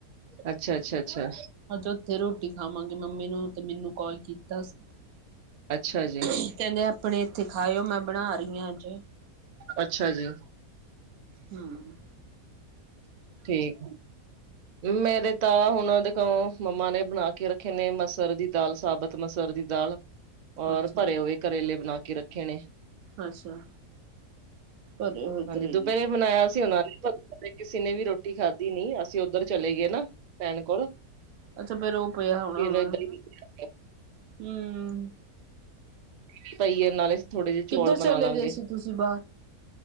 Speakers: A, on the right; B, on the right.
A: ਅੱਛਾ- ਅੱਛਾ -ਅੱਛਾ।
B: ਅੱਜ ਉੱਥੇ ਰੋਟੀ ਖਾਵਾਂਗੇ ਮੰਮੀ ਨੂੰ ਤੇ ਮੈਨੂੰ ਕੋਲ ਕੀਤਾ ਸੀ।
A: ਅੱਛਾ ਜੀ।
B: ਕਹਿੰਦੇ ਆਪਣੇ ਇੱਥੇ ਖਾਓ ਮੈਂ ਬਣਾ ਰਹੀ ਹਾਂ ਅੱਜ
A: ਅੱਛਾ ਜੀ
B: ਹੂ,,,
A: ਠੀਕ ਆ ਮੇਰੇ ਤਾਂ ਹੁਣ ਉਹ ਦੇ ਦਿਖਾਓ ਮੰਮਾ ਨੇ ਬਣਾ ਕੇ ਰੱਖੇ ਨੇ ਮਸਰ ਦੀ ਦਾਲ ਸਾਬਤ ਮਸਰ ਦੀ ਦਾਲ ਔਰ
B: ਅੱਛਾ-
A: ਭਰੇ ਹੋਏ ਕਰੇਲੇ ਬਣਾ ਕੇ ਰੱਖੇ ਨੇ
B: ਅੱਛਾ ਭਰੇ ਹੋਏ
A: ਹਾਂਜੀ
B: ਕਰੇਲੇ।
A: ਦੁਪਹਿਰੇ ਬਣਾਇਆ ਸੀ ਉਹਨਾ ਨੇ ਕਿਸੇ ਨੇ ਵੀ ਰੋਟੀ ਖਾਧੀ ਨੀ ਅਸੀਂ ਉੱਧਰ ਚਲੇ ਗਏ ਨਾ ਭੈਣ ਕੋਲ
B: ਅੱਛਾ ਫਿਰ ਉਹ ਪਿਆ ਹੋਣਾ
A: ਫਿਰ
B: ਹੋਣਾ
A: ਏਦਾਂ
B: ਨਾ
A: ਹੀ
B: ਹੂ
A: ਖਿਚੜੀ ਪਈ ਨਾਲੇ ਥੋੜੇ ਜਿਹੇ ਚੌਲ
B: ਕਿੱਧਰ ਚਲੇ
A: ਬਣਾ ਲਾਂਗੇ
B: ਗਏ ਸੀ ਤੁਸੀਂ ਬਾਹਰ